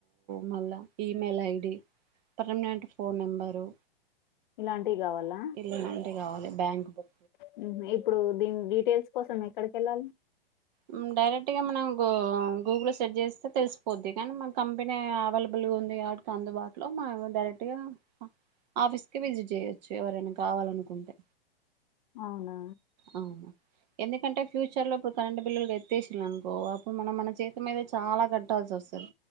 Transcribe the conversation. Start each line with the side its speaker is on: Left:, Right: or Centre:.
Right: మళ్ళా email ID permanent phone number
Left: ఇలాంటి టీ కావాలా
Right: ఇలాంటివి కావాలి బ్యాంక్ బుక్
Left: హుహ్ ఇప్పుడు దీని డీటెయిల్స్ కోసం ఎక్కడికి ఎళ్ళాలి
Right: హ్మ్ డైరెక్ట్ గా మనం గూగుల్ ల సెర్చ్ చేసి తెలిసిపోద్ది కానీ మా కంపెనీ అవైలబుల్గా ఉంది అడ్కి అందుబాటులో మా డైరెక్ట్గా ఆఫీస్కి విజిట్ చేయచ్చు ఎవరైనా కావాలనుకుంటే
Left: అవునా
Right: అవును ఎందుకంటే ఫ్యూచర్ లో ఇప్పుడు కరెంటు బిల్లులు ఎత్తేసిల్లు అనుకో అప్పుడు మనం మన చేతి మీదే చాలా కట్టాల్సివస్తది